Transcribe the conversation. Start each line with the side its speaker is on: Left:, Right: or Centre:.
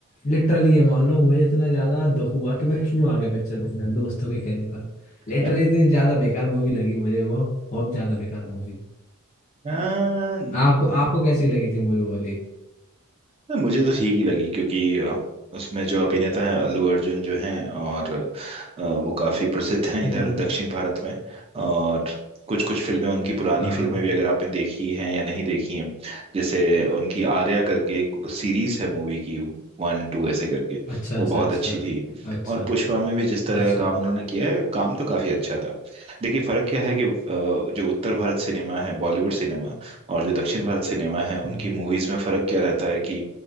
Left: लिटरली ये मान लो मुझे इतना ज्यादा दुख हुआ कि मैं क्यों आ गया पिक्चर देखने दोस्तों के कहने पर
Right: <laughs>
Left: लिटरली इतनी ज्यादा बेकार मूवी लगी मुझे वो बहुत ज्यादा बेकार मूवी
Right: हाँ,
Left: आपको आपको कैसी लगी थी मूवी वाली
Right: हाँ, मुझे तो ठीक ही लगी क्योंकि अ, उसमें जो अभिनेता हैं अल्लू अर्जुन जो हैं और अ, वो काफी प्रसिद्ध हैं
Left: हम्म
Right: इधर दक्षिण भारत में और कुछ कुछ फिल्में उनकी पुरानी
Left: हाँ
Right: फिल्में
Left: हाँ
Right: भी अगर आपने देखी हैं या नहीं देखी हैं जैसे उनकी आर्या करके एक सीरीज है मूवी की वन टू ऐसे करके
Left: अच्छा
Right: वो
Left: अच्छा
Right: बहुत
Left: अच्छा
Right: अच्छी थी
Left: अच्छा
Right: और पुष्पा में भी जिस तरह
Left: अच्छा
Right: का काम उन्होंने किया है काम तो काफी अच्छा था देखिए फर्क क्या है कि अ, जो उत्तर भारत सिनेमा है बॉलीवुड सिनेमा और जो दक्षिण भारत सिनेमा है उनकी
Left: हम्म।
Right: मूवीज में फर्क क्या रहता है कि